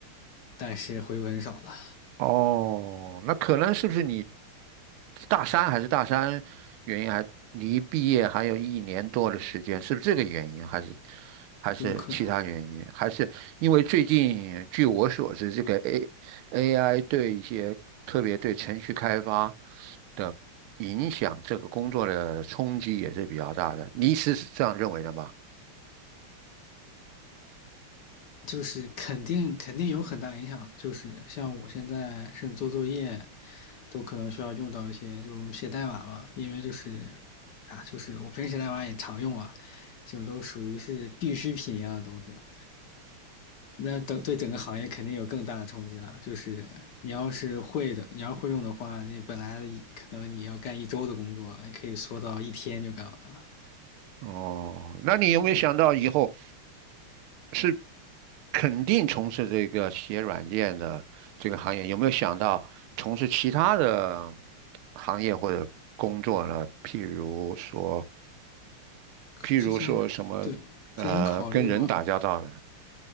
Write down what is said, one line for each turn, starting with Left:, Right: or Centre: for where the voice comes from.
Left: 但是回文少了，
Right: 哦，那可能是不是你大三还是大三原因还离毕业还有一年多的时间，是不是这个原因，还是还是其他原因，
Left: 丢课。
Right: 还是因为最近据我所知，这个 A AI 对一些特别对程序开发的影响，这个工作的冲击也是比较大的，你是这样认为的吗？
Left: 就是肯定肯定有很大影响的，就是像我现在甚至做作业，都可能需要用到一些，就是我们写代码嘛，因为就是啊，就是我平时写代码也常用啊，这种都属于是必需品一样的东西了。那等对整个行业肯定有更大的冲击了，就是你要是会的，你要会用的话，你本来可能你要干一周的工作，你可以缩到一天就干完了。
Right: 哦，那你有没有想到以后？是肯定从事这个写软件的这个行业，有没有想到从事其他的行业或者工作呢？譬如说，譬如说什么呃，
Left: 之前对之前考虑过，
Right: 跟人打交道的。